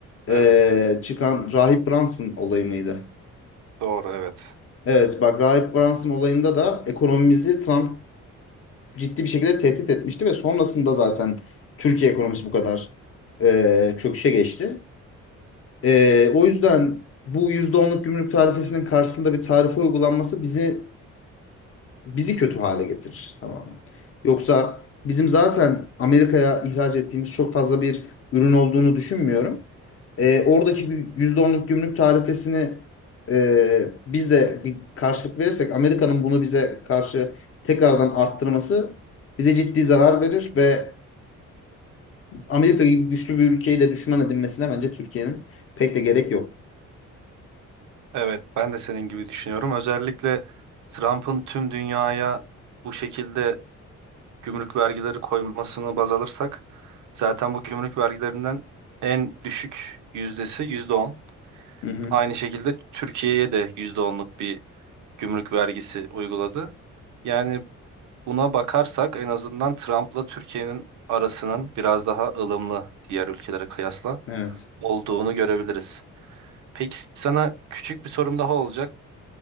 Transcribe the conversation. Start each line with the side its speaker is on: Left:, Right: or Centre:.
Right: Evet,
Left: e, çıkan Rahip Brunson olayı mıydı?
Right: doğru, evet.
Left: Evet bak Rahip Brunson olayında da ekonomimizi Trump ciddi bir şekilde tehdit etmişti ve sonrasında zaten Türkiye ekonomisi bu kadar e, çöküşe geçti. Ee, o yüzden bu yüzde onluk gümrük tarifesinin karşısında bir tarife uygulanması bizi bizi kötü hale getirir tamamen. Yoksa bizim zaten Amerika'ya ihraç ettiğimiz çok fazla bir ürün olduğunu düşünmüyorum. Ee, oradaki bir yüzde onluk gümrük tarifesini e, biz de bir karşılık verirsek Amerika'nın bunu bize karşı tekrardan arttırması bize ciddi zarar verir ve Amerika gibi güçlü bir ülkeyi de düşman edinmesine bence Türkiye'nin pek de gerek yok.
Right: Evet, ben de senin gibi düşünüyorum. Özellikle Trump'ın tüm dünyaya bu şekilde gümrük vergileri koymasını baz alırsak zaten bu gümrük vergilerinden en düşük yüzdesi %10.
Left: Hı hı.
Right: Aynı şekilde Türkiye'ye de yüzde onluk bir gümrük vergisi uyguladı. Yani buna bakarsak en azından Trump'la Türkiye'nin arasının biraz daha ılımlı diğer ülkelere kıyasla
Left: Evet.
Right: olduğunu görebiliriz. Peki sana küçük bir sorum daha olacak.